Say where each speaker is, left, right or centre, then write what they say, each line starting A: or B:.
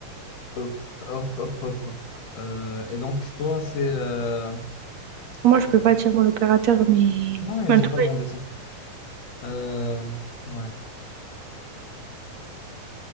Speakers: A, on the left; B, on the right.
A: hop, hop, hop, hop, hop. Euh, et donc, toi, c'est... euh,
B: Moi,
A: c'est-
B: je peux
A: bon.
B: pas dire mon opérateur, mais...
A: non, mais
B: mais
A: j'ai
B: en tout
A: pas
B: cas,
A: demandé ça. Euh, ouais.